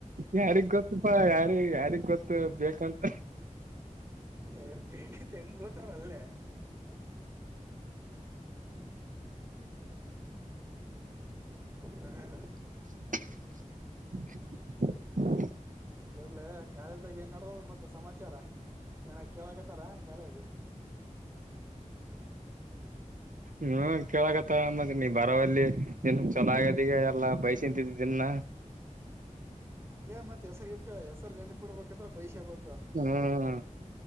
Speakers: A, on the right (about 85°); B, on the right (about 20°).
A: ಯಾರಿಗ ಗೊತ್ತಪಾ ಯಾರಿ ಯಾರಿಗ್ ಗೊತ್ತ ಬೇಕಂತ
B: ಎ ಬೇಕಥ್ ಎಂಗ ಬಿತಾರಲ್ಲೇ ಹಾ
A: <inaudible>
B: ಇರ್ಲ ಕಾಲೇಜ್ದಾಗ ಏನನಡದದ ಮತ್ತ ಸಮಾಚಾರ ಏನ ಕೇಳಕತ್ತಾರ ನ ಕಾಲೇಜ
A: ಹ್ಮ ಕೇಳಕತ್ತ ಮತ್ತ ನೀ ಬರವಲ್ಲಿ ನಿನಚೆನ್ನಾಗದ ಎಲ್ಲಾ ಬೈಸ್ ತಿಂತೀನ ದಿನ್ನ
B: ಹಂಗೆ ಮತ್ ಹೆಸರ ಗಿಡ್ಕ ಹೆಸರ ನೆನ್ಪಿಡ್ಬೇಕಂದ್ರ ಬಹಷ ಬೆ
A: ಹ್ಮ